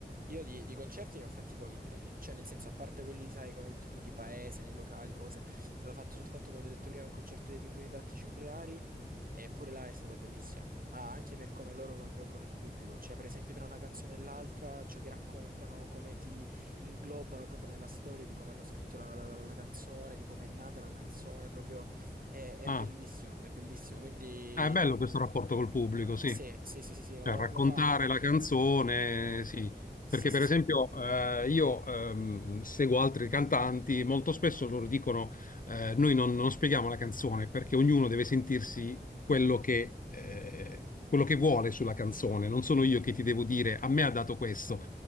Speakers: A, on the right (about 55°); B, on the left (about 50°).
A: Io di, di concerti ne ho fatti pochi in vita mia, cioè nel senso, a parte quelli, sai, come hai detto tu, di paese, nei locali, cose, avevo fatto soltanto, come ti ho detto prima, un concerto dei Pinguini Tattici Nucleari, e pure là è stato bellissimo, ma anche per come loro coinvolgono il pubblico, cioè per esempio tra una canzone e l'altra, ciò che raccontano, come ti inglobano proprio nella storia, di come hanno scritto la, la- la- la canzone, di come è nata la canzone, proprio è, è
B: Ah,
A: bellissimo, è bellissimo, quindi
B: Ah, è bello questo rapporto col pubblico, sì.
A: sì, sì, sì, sì, sì, ma
B: Cioè,
A: lo,
B: raccontare
A: lo fa,
B: la canzone, sì.
A: sì,
B: Perché,
A: sì,
B: per
A: sì,
B: esempio, eh, io ehm, seguo altri cantanti, molto spesso loro dicono: eh, Noi non, non spieghiamo la canzone perché ognuno deve sentirsi quello che, eh, quello che vuole sulla canzone. Non sono io che ti devo dire a me ha dato questo,